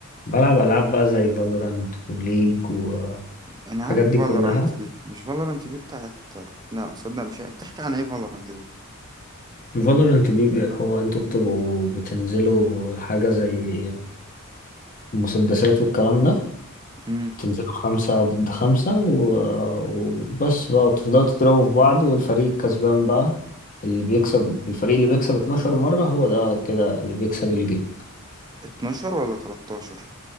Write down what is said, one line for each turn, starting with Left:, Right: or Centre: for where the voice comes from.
Left: بلعب العاب بقى زي فالورانت وليج والحاجات
Right: انا عارف
Left: دي
Right: فالورانت
Left: كلها
Right: دي مش فالورانت دي بتاعت لا صدق مش هي بتحكي عن ايه فالورانت دي
Left: فالورنت دي ب- هو انتوا بتبقوا بتنزلوا حاجة زي مسدسات والكلام ده
Right: امم
Left: تنزلوا خمسة ضد خمسة و- وبس بقى وبتفضلوا تضربوا في بعض والفريق الكسبان بقى اللي بيكسب الفريق اللي بيكسب 12 مرة هو ده كده اللي بيكسب الجيم
Right: 12 ولا 13